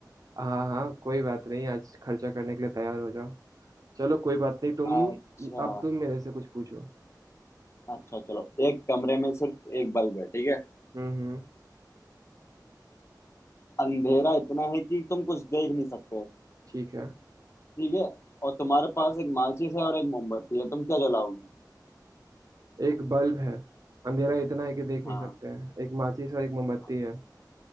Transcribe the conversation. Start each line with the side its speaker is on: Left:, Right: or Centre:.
Right: हाँ हाँ कोई बात नहीं आज खर्चा करने के लिए तैयार हो जाओ चलो कोई बात नहीं तुम
Left: अच्छा
Right: अब तुम मेरे से कुछ पूछो
Left: अच्छा चलो एक कमरे में सिर्फ एक बल्ब है ठीक है
Right: हम्म हम्म
Left: अंधेरा इतना है कि तुम कुछ देख नहीं सकते
Right: ठीक है
Left: ठीक है और तुम्हारे पास एक माचिस है और एक मोमबत्ती है तुम क्या जलाओगी
Right: एक बल्ब है अंधेरा इतना है कि देख नहीं
Left: हाँ
Right: सकते हैं एक माचिस और एक मोमबत्ती
Left: हाँ
Right: है